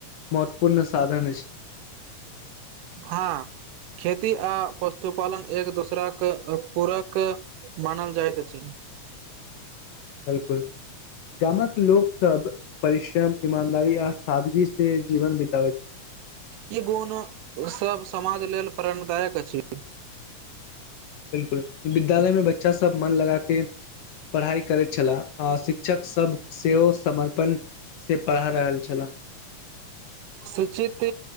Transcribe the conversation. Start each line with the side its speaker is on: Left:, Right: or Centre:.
Left: महत्वपूर्ण साधन अछि
Right: हाँ खेती आ पशुपालन एक दोसराकऽ पूर कऽ मानल जाइत अछि
Left: बिल्कूल गाॅंमक लोग सब परिश्रम ईमानदारी आ सादगी से जीवन बीतावैत अछि।
Right: ई गुण सब समाज लेल प्ररणदायक अछि।
Left: बिल्कुल, विद्यालय मे बच्चा सब मन लगाके पढ़ाइ करैत छलाह, आ शिक्षक सब सेहो समर पन से पढ़ा रहल छला
Right: शिक्षित